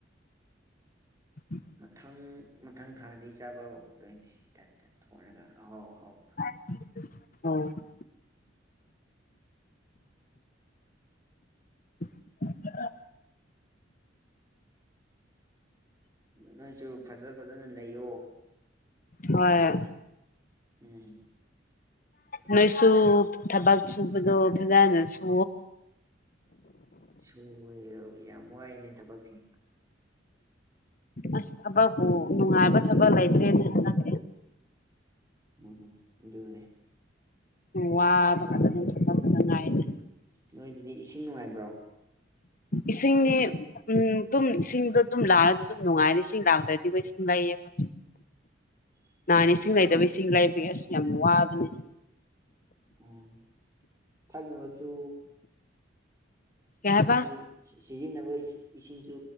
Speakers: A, on the left (about 45°); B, on the right (about 20°).
A: ꯎꯝ
B: ꯃꯊꯪ ꯃꯊꯪ ꯊꯥꯗꯤ ꯆꯥꯕ ꯍꯧꯗꯣꯏꯅꯦ ꯏꯇꯟꯇ ꯊꯂꯒ ꯑꯍꯥꯎ ꯑꯍꯥꯎ
A: ꯍ <inaudible>
B: ꯅꯣꯏꯁꯨ ꯐꯖ ꯐꯖꯅ ꯂꯩꯌꯣ
A: ꯍꯣꯏ
B: ꯎꯝ
A: ꯅꯣꯏꯁꯨ ꯊꯕꯛ ꯁꯨꯕꯗꯣ ꯐꯖꯅ ꯁꯨ
B: ꯁꯨꯑꯦ ꯌꯥꯝ ꯋꯥꯏꯅꯦ ꯊꯕꯛꯁꯦ
A: ꯑꯁ ꯊꯕꯛꯄꯨ ꯅꯨꯡꯉꯥꯏꯕ ꯊꯕꯛ ꯂꯩꯇ꯭ꯔꯦꯅ ꯍꯟꯂꯛ
B: ꯎꯝ ꯑꯗꯨꯗꯨꯒꯅꯦ
A: ꯋꯥ ꯃꯈꯥꯗ ꯑꯗꯨꯝ ꯊꯝꯅꯕ ꯐꯗꯉꯥꯏꯅꯤ
B: ꯅꯣꯏꯗꯨꯅꯦ ꯏꯁꯤꯡ ꯅꯨꯡꯉꯥꯏꯕ꯭ꯔꯣ
A: ꯏꯁꯤꯡꯒꯤꯅꯤ ꯎꯝ ꯑꯗꯨꯝ ꯏꯁꯤꯡꯗꯣ ꯑꯗꯨꯝ ꯂꯥꯛꯑꯗꯤ ꯑꯗꯨꯝ ꯅꯨꯡꯉꯥꯏꯔꯦ ꯁꯤꯡ ꯂꯥꯛꯗ꯭ꯔꯗꯤ ꯑꯩꯣꯏ ꯁꯤꯡ ꯂꯩꯌꯦ ꯃ
B: <inaudible>
A: ꯅꯍꯥꯟꯅꯤ
B: ꯎꯝ
A: ꯏꯁꯤꯡ ꯂꯩꯇꯕ ꯏꯁꯤꯡ ꯂꯩꯕꯒꯤ ꯑꯁ ꯌꯥꯝ ꯋꯥꯕꯅꯦ
B: ꯎꯝ ꯊꯛꯅꯕꯁꯨ
A: ꯀꯩ ꯍꯥꯏꯕ
B: ꯍꯥꯏꯗꯤ ꯁꯤꯖꯤꯟꯅꯕ ꯏꯁꯤꯡꯁꯨ